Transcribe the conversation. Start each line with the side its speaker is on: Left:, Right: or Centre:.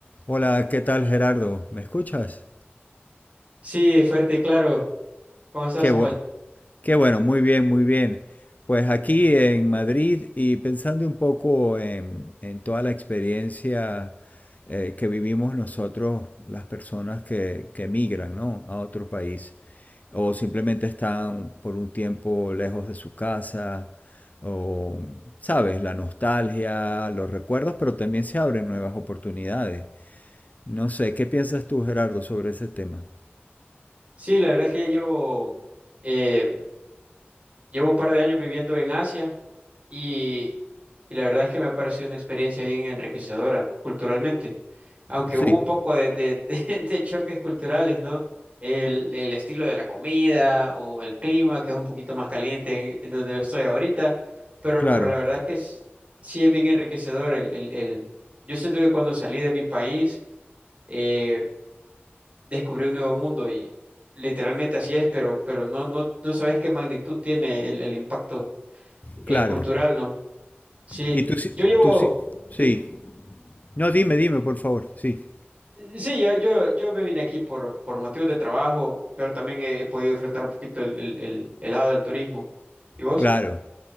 Left: Hola, ¿qué tal Gerardo? ¿Me escuchas?
Right: Sí, fuerte y claro. ¿Cómo estás,
Left: Qué
Right: Samuel?
Left: bue- qué bueno, muy bien, muy bien. Pues aquí en Madrid y pensando un poco en, en toda la experiencia eh, que vivimos nosotros, las personas que, que emigran, ¿no? a otro país o simplemente están por un tiempo lejos de su casa o, sabes, la nostalgia, los recuerdos, pero también se abren nuevas oportunidades. No sé, ¿qué piensas tú, Gerardo, sobre ese tema?
Right: Sí, la verdad es que ya llevo, eh, llevo un par de años viviendo en Asia y, y la verdad es que me ha parecido una experiencia bien enriquecedora culturalmente, aunque
Left: Sí.
Right: hubo un poco de, de, <laughs> de- de choques culturales, ¿no? El, el estilo de la comida o el clima, que es un poquito más caliente en donde estoy ahorita, pero,
Left: Claro,
Right: pero la verdad es que es- sí es bien enriquecedor. El, el, el... Yo siento que cuando salí de mi país, eh, descubrir un nuevo mundo y literalmente así es, pero, pero no, no, no sabes qué magnitud tiene el, el impacto eh,
Left: claro.
Right: cultural, ¿no? Sí,
Left: Y tú, sí-
Right: yo llevo,
Left: tú sí, sí.
Right: de-
Left: No, dime, dime, por favor. Sí,
Right: sí, yo, yo, yo me vine aquí por, por motivos de trabajo, pero también he, he podido disfrutar un poquito el, el, el- el lado del turismo. ¿Y vos?
Left: claro.